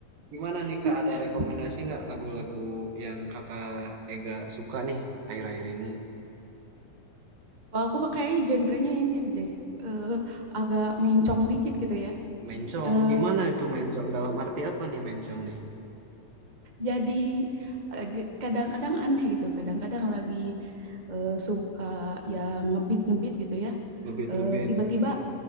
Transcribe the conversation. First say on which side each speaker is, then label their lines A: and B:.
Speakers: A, on the right; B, on the right.
A: Gimana nih Kak,
B: <laughs>
A: ada rekomendasi nggak lagu-lagu yang Kakak Ega suka nih akhir-akhir ini?
B: Kalau aku mah kayaknya genrenya ini deh. eh, agak mencong dikit gitu ya.
A: Mencong,
B: Eh,
A: gimana itu mencong? Dalam arti apa nih mencong nih?
B: jadi eh, ge- kadang-kadang aneh gitu. Kadang-kadang lagi eh, suka yang ngebit-ngebit gitu ya.
A: Ngebit-ngebit.
B: Eh, tiba-tiba